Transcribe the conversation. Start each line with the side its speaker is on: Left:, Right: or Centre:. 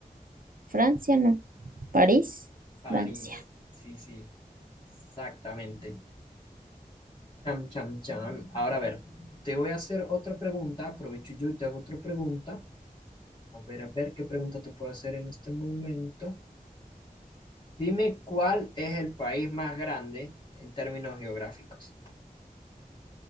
Right: Francia, no. París,
Left: París.
Right: Francia.
Left: Sí, sí, exactamente. Cham, cham, cham. Ahora, a ver, te voy a hacer otra pregunta. Aprovecho yo y te hago otra pregunta. A ver, a ver qué pregunta te puedo hacer en este momento. Dime cuál es el país más grande en términos geográficos.